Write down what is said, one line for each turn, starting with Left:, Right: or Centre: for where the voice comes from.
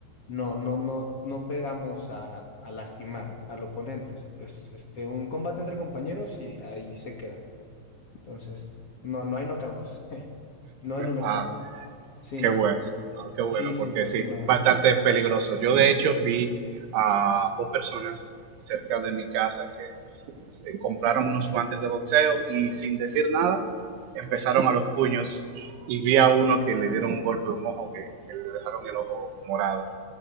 Left: no, no, no, no pegamos a, a lastimar al oponente. Es, es, este, un combate entre compañeros y ahí se queda. Entonces, no, no hay knockouts. <laughs> No en un
Right: Ah,
Left: sparring. Sí,
Right: qué
Left: no.
Right: bueno, ah, qué bueno,
Left: Sí, sí,
Right: porque
Left: porque
Right: sí,
Left: no.
Right: bastante
Left: <laughs>
Right: peligroso. Yo de hecho vi a dos personas cerca de mi casa que eh, compraron unos guantes de boxeo y sin decir nada empezaron a los puños y vi a uno que le dieron un golpe en un ojo que, que le dejaron el ojo morado.